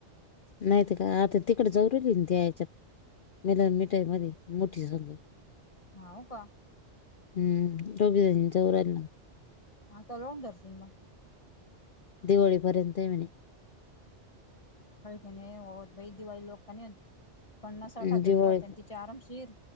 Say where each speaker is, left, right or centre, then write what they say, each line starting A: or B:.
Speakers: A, on the left (about 60°); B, on the left (about 30°).
A: नाहीत का आता तिकड जरुरी त्या यायच्यात मिल मिठाई मध्ये मोठी संग
B: हा हो का
A: हम् दोघी जणी जऊ राहिली ना
B: हा त लाऊन दर्सी म
A: दिवाळीपर्यंत हाय म्हणे
B: खळ ख हो भई दिवाळी लोक क पन्नासाठ
A: हम्म,
B: हजार
A: दिवाळी
B: होत्यात न तिची आरमशीर